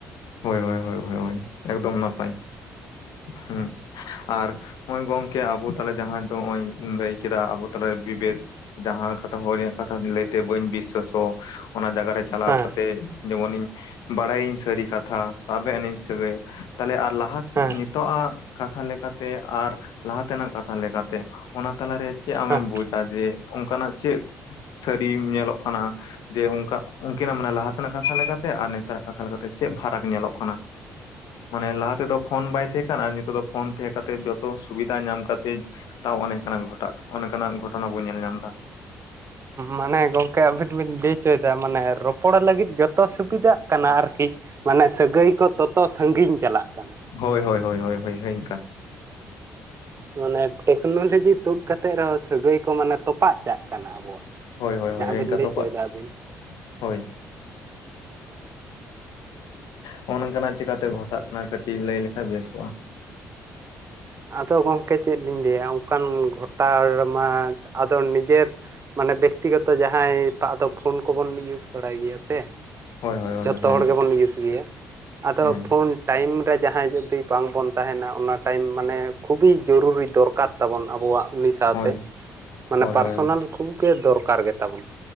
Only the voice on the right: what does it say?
ᱦᱮᱸ
ᱦᱮᱸ
ᱦᱮᱸ
ᱢᱟᱱᱮ <inaudible> ᱜᱚᱢᱠᱮ ᱟᱹᱵᱤᱱ ᱵᱤᱱ ᱞᱟᱹᱭ ᱚᱪᱚᱭᱮᱫᱟ ᱢᱟᱱᱮ ᱨᱚᱯᱚᱲ ᱞᱟᱹᱜᱤᱫ ᱡᱚᱛᱚ ᱥᱩᱵᱤᱫᱷᱟᱜ ᱠᱟᱱᱟ ᱟᱨᱠᱤ ᱢᱟᱱᱮ ᱥᱟᱹᱜᱟᱹᱭ ᱠᱚ ᱛᱚᱛᱚ ᱥᱟᱺᱜᱤᱧ ᱪᱟᱞᱟᱜ ᱠᱟᱱᱟ
ᱢᱟᱱᱮ ᱴᱮᱠᱱᱳᱞᱚᱡᱤ ᱛᱩᱫ ᱠᱟᱛᱮᱜ ᱨᱮᱦᱚᱸ ᱥᱟᱹᱜᱟᱹᱭ ᱠᱚ ᱢᱟᱱᱮ ᱛᱚᱯᱟᱜ ᱪᱟᱜ ᱠᱟᱱᱟ ᱟᱵᱚᱣᱟᱜ
ᱡᱟᱦᱟᱸ ᱵᱤᱱ
ᱞᱟᱹᱭ
ᱦᱚᱪᱚᱭᱮᱫᱟ ᱟᱹᱵᱤᱱ
ᱟᱫᱚ ᱜᱚᱝᱠᱮ ᱪᱮᱫ ᱞᱤᱧ ᱞᱟᱹᱭᱟ ᱚᱱᱠᱟᱱ ᱜᱷᱚᱴᱟᱣᱢᱟ ᱟᱫᱚ ᱱᱤᱡᱮᱨ ᱢᱟᱱᱮ ᱵᱮᱠᱛᱤᱜᱚᱛᱚ ᱡᱟ <inaudible> ᱦᱟᱸᱭ ᱛᱳ ᱟᱫᱚ ᱯᱷᱳᱱ ᱠᱚᱵᱚᱱ ᱤᱭᱩᱡᱽ ᱵᱟᱲᱟᱭ ᱜᱮᱭᱟ ᱥᱮ
ᱡᱷᱚᱛᱚ
ᱦᱚᱲ ᱜᱮᱵᱚᱱ ᱤᱭᱩᱥ ᱜᱮᱭᱟ ᱟᱫᱚ
ᱯᱷᱳᱱ ᱴᱟᱭᱤᱢ ᱨᱮ ᱡᱟᱦᱟᱸᱭ ᱡᱩᱫᱤ ᱵᱟᱝᱵᱚᱱ ᱛᱟᱦᱮᱱᱟ ᱚᱱᱟ ᱴᱟᱭᱤᱢ ᱢᱟᱱᱮ ᱠᱷᱩᱵᱤ ᱡᱚᱨᱩᱨᱤ ᱫᱚᱨᱠᱟᱨ ᱛᱟᱵᱚᱱ ᱟᱵᱚᱣᱟᱜ ᱩᱱᱤ ᱥᱟᱶᱛᱮ
ᱢᱟᱱᱮ
ᱯᱟᱨᱥᱳᱱᱟᱞ
ᱠᱷᱩᱵᱽ ᱜᱮ ᱫᱚᱨᱠᱟᱨ ᱜᱮᱛᱟᱵᱚᱱᱟ